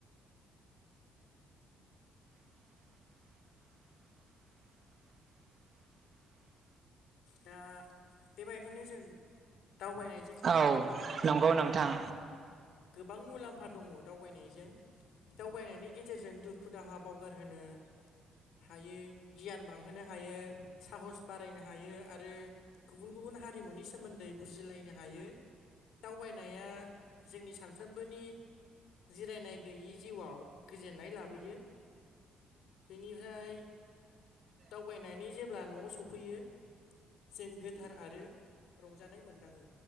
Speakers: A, on the right; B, on the left.
A: <inaudible>
B: दा बेबायदिनो जों दावबायनाय
A: औ नंगौ नोंथां।
B: गोबां मुलाम्फा दङ दावबायनायजों दावबायनायनि गेजेरजों दुखु दाहा बावगारहोनो। हायो गियान बांहोनो हायो साहस बारायनो हायो आरो गुबुन गुबुन हारिमुनि सोमोन्दै बुजिलायनो हायो दावबायनाया जोंनि सानफ्रोमबोनि जिरायनाय गैयि जिउआव गोजोननाय लाबोयो। बेनिफ्राय दावबायनायनि जेब्ला न'आव सफैयो। जों गोथार आरो रंजानाय मोनदाङो।